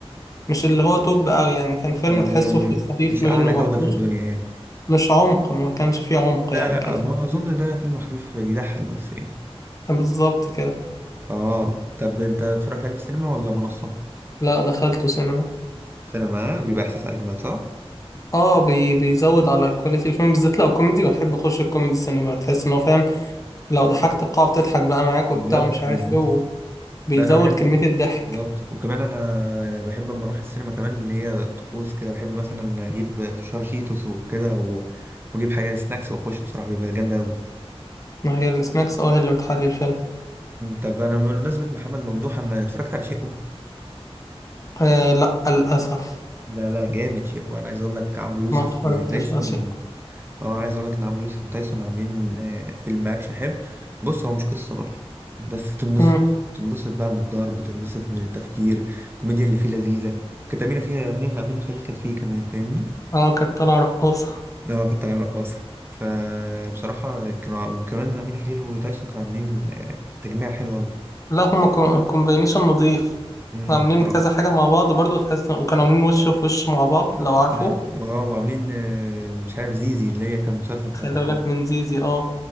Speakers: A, on the left (about 30°); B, on the right (about 20°).
A: مش اللي هو توب قوي يعني كان فيلم
B: يعني
A: تحسه
B: م
A: في
B: م
A: الخفيف
B: مش
A: منه
B: اعلى
A: مفهوش
B: جوده في الدنيا يعني
A: مش عمق ما كانش فيه عمق
B: لا
A: يعني
B: لا
A: كان في
B: ما
A: الخفيف
B: اظن ده فيلم خفيف يضحك بس يعني
A: بالظبط كده
B: اه طب انت اتفرجت عليه في السينما ولا منصه
A: لا دخلته سينما
B: سينما بيبقى احساس اجمل صح
A: اه بي بيزود على كواليتي الفيلم بالذات لو كوميدي بحب اخش الكوميدي سينما تحس ان هو فاهم لو ضحكت القاعة بتضحك بقى معاك وبتاع
B: بالظبط
A: ومش
B: بالظبط
A: عارف ايه وبيزود
B: ده انا بحب
A: كمية الضحك
B: بالظبط وكمان انا بحب اما اروح السينما كمان اللي هي طقوس كده بحب مثلا اجيب فشار شيتوس وكده و- واجيب حاجه سناكس واخش بصراحه بيبقى جامد قوي
A: ما هي السناكس اه هي اللي بتحلي الفيلم
B: طب انا بمناسبه محمد ممدوح انا اتفرجت على شيء
A: آه لا للأسف
B: لا لا جامد شيء وانا عايز اقول لك عمرو يوسف
A: ما اتفرجتش
B: وتايسون
A: على شيء
B: اه عايز اقول لك ان عمرو يوسف وتايسون عاملين آه، فيلم اكشن حلو بص هو مش قصه برضه بس تنبسط
A: مم.
B: تنبسط بقى من الضرب تنبسط من التفكير الكوميديا اللي فيه لذيذه كانت امينه فيها امينه امينه خليل كانت فيه كمان فاهمني
A: اه كانت طالعة رقاصة
B: اه كانت انا رقاصه فبصراحه كانوا كمان امينه خليل وتايسون كانوا عاملين آه، تجميع حلو قوي
A: لا هما كو- كومبينيشن نضيف
B: امم
A: عاملين
B: بصراحه
A: كذا حاجة مع بعض برضو تحس وكانوا عاملين وش في وش مع بعض لو عارفه
B: كده- اه وعاملين آه، مش عارف زيزي اللي هي كان مسلسل بتاع
A: خلي
B: رمضان
A: بالك من زيزي اه